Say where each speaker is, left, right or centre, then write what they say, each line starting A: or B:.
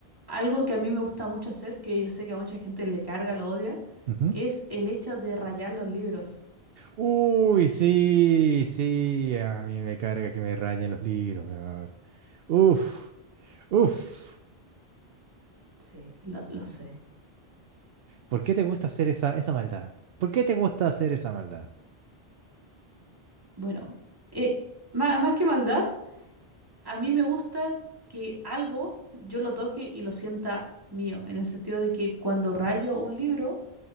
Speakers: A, on the right; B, on the right.
A: algo que a mí me gusta mucho hacer, que yo sé que a mucha gente le carga, lo odia,
B: Ujú.
A: es el hecho de rayar los libros.
B: Uy, sí, sí, a mí me carga que me rayen los libros, mi amor. Uf, uf.
A: Sí, lo, lo sé.
B: ¿Por qué te gusta hacer esa, esa maldad? ¿Por qué te gusta hacer esa maldad?
A: Bueno, eh, ma- más, que maldad, a mí me gusta que algo yo lo toque y lo sienta mío, en el sentido de que cuando rayo un libro,